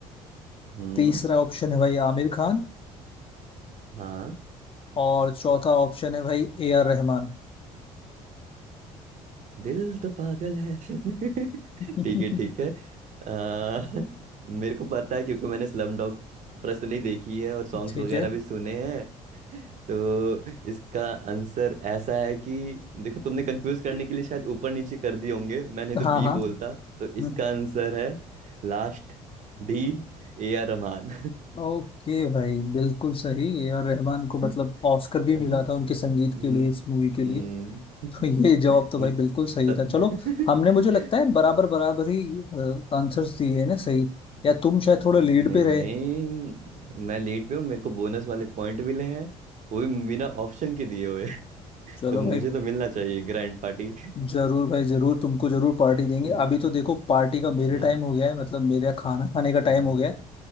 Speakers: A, on the right; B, on the left.
A: हम्म
B: तीसरा ऑप्शन है भाई आमिर खान
A: हाँ
B: और चौथा ऑप्शन है भाई ए आर रहमान
A: दिल तो पागल है <laughs> ठीक
B: <laughs>
A: है ठीक है आ, <laughs> मेरे को पता है क्योंकि मैंने स्लम डॉग पर्सनली देखी है और सॉन्ग्स
B: ठीक
A: वगैरह
B: है
A: भी सुने हैं तो इसका आंसर ऐसा है कि देखो तुमने कंफ्यूज करने के लिए शायद ऊपर नीचे कर दिए होंगे मैंने तो
B: हाँ
A: बी
B: हाँ
A: बोलता तो
B: हम्म,
A: इसका आंसर है last D A R Rahman
B: ओके भाई बिल्कुल सही ए आर रहमान को मतलब
A: <laughs>
B: ऑस्कर भी
A: अहं,
B: मिला था उनके संगीत
A: हम्म
B: के लिए इस मूवी के
A: हम्म,
B: लिए तो ये जवाब
A: <laughs>
B: तो भाई
A: मुझ
B: बिल्कुल सही
A: बत-
B: था चलो हमने मुझे लगता
A: <laughs>
B: है बराबर बराबर ही आंसर्स दिए हैं ना सही या तुम शायद
A: नहीं
B: थोड़े लीड पे
A: नहीं
B: रहे
A: मैं लीड पे हूँ मेरे को बोनस वाले पॉइंट मिले हैं वो भी बिना ऑप्शन के दिए हुए <laughs>
B: चलो
A: तो मुझे
B: भाई
A: तो मिलना चाहिए ग्रैंड पार्टी <laughs>
B: जरूर भाई जरूर तुमको जरूर पार्टी देंगे
A: हम्म,
B: अभी तो देखो पार्टी का मेरे
A: हाँ
B: टाइम हो गया है मतलब मेरा खाना खाने का
A: हाँ
B: टाइम हो गया है